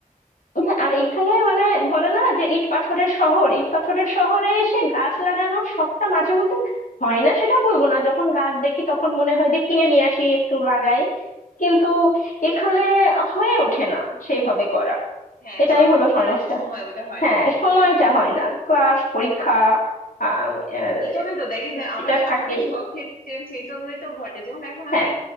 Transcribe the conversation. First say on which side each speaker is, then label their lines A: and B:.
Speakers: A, on the left (about 65°); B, on the left (about 80°).
A: হ্যাঁ, আর এখানে মানে বলে না যে ইট পাথরের শহর ইট পাথরের শহরে এসে গাছ লাগানোর শখটা মাঝে মধ্যে হয় না সেটা বলবো না যখন গাছ দেখি তখন মনে হয় যে কিনে নিয়ে আসি একটু লাগাই কিন্তু এখানে হয়ে ওঠে না সেইভাবে করা
B: হ্যাঁ
A: এটাই
B: যত্ন
A: হলো
B: করার
A: সমস্যা
B: যে সময় ওইটা হয়
A: হ্যাঁ
B: না
A: সময়টা
B: হ্যাঁ
A: হয় না ক্লাস পরীক্ষা আহ, আহ,
B: এই জন্যই তো দেখেন আমার
A: এটা থাকেই
B: আমাদের শখের চেঞ্জ এই জন্যই তো ঘটে যেমন এখন
A: হ্যাঁ
B: আমি